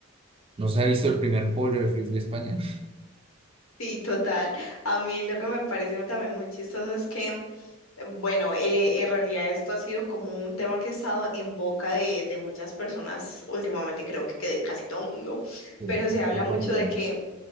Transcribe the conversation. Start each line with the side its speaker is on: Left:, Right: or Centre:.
Right: no se ha visto el primer pollo de frisbee España. <laughs>
Left: Sí, total. A mí lo que me parece también muy chistoso es que, bueno, eh, en realidad esto ha sido como un tema que ha estado en boca de, de muchas personas últimamente, creo que, que de casi todo el mundo,
Right: Sí,
Left: pero se habla
Right: fue
Left: mucho
Right: colombiano.
Left: de que,